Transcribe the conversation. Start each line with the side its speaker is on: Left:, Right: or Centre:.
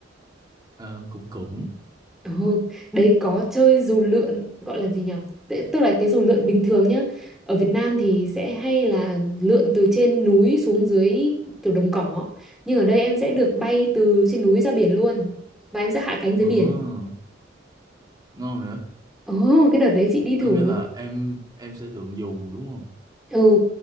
Right: ờ, cũng cũng
Centre: Ừ, đấy có chơi dù lượn gọi là gì nhỉ? Tức tức là cái dù lượn bình thường nhá. Ở Việt Nam thì sẽ hay là lượn từ trên núi xuống dưới kiểu đồng cỏ. Nhưng ở đây em sẽ được bay từ trên núi ra biển luôn. Và em sẽ hạ cánh dưới
Right: ờ
Centre: biển.
Right: ngon nữa
Centre: Ồ, cái đợt đấy chị đi thử.
Right: có nghĩa là em em sẽ lượn dù đúng không
Centre: Ừ,